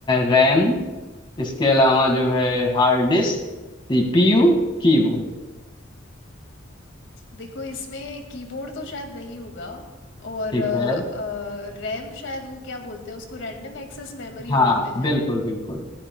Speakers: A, on the left (about 25°); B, on the left (about 70°).
A: रैम इसके अलावा जो है हार्ड डिस्क सीपीयू कीबोर्ड
B: देखो इसमें कीबोर्ड तो शायद नहीं होगा और
A: ठीक है
B: रैम शायद वो क्या बोलते हैं उसको रैंडम एक्सेस मेमोरी
A: हाँ
B: बोलते हैं
A: बिल्कुल बिल्कुल